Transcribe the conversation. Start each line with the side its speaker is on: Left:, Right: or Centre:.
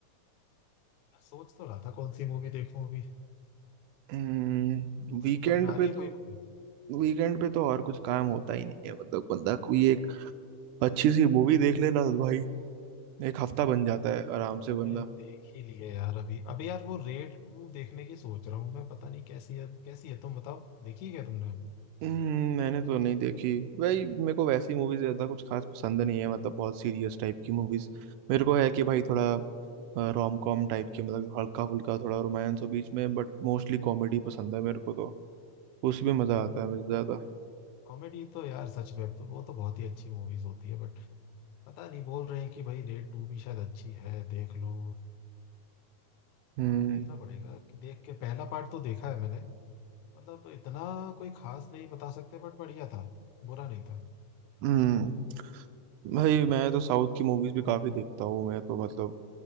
Left: यार सोच तो रहा था कौन सी मूवी देखूं अभी
Right: हम्म,
Left: तुम्हारे
Right: वीकेंड
Left: दिमाग में आ
Right: पे
Left: रही है कोई
Right: तो
Left: मूवी
Right: वीकेंड पे तो और कुछ काम होता ही नहीं है मतलब बंदा कोई एक अच्छी सी मूवी देख ले ना भाई एक हफ्ता बन जाता है आराम
Left: ये मूवी
Right: से बंदा
Left: देख ही ली है यार अभी अभी यार वो रेड टू देखने की सोच रहा हूँ मैं पता नहीं कैसी है कैसी है तुम बताओ देखी है क्या तुमने
Right: हम्म, मैंने तो नहीं देखी भाई मेरे को वैसी मूवीज ज्यादा कुछ खास पसंद नहीं है मतलब बहुत सीरियस टाइप की मूवीज मेरे को है कि भाई थोड़ा रोम कॉम टाइप की मतलब हल्का फुल्का थोड़ा रोमांस हो बीच में बट मोस्टली कॉमेडी पसंद है मेरे को तो उसमें मजा आता है मुझे ज्यादा
Left: कॉमेडी तो यार सच में तो वो तो बहुत ही अच्छी मूवीज होती है बट पता नहीं बोल रहे हैं कि भाई रेड टू भी शायद अच्छी है देख लो
Right: हम्म
Left: देखना पड़ेगा कि देख के पहला पार्ट तो देखा है मैंने मतलब इतना कोई खास नहीं बता सकते बट बढ़िया था बुरा नहीं था
Right: हम्म भाई मैं तो साउथ की मूवीज भी काफी देखता हूँ मैं तो मतलब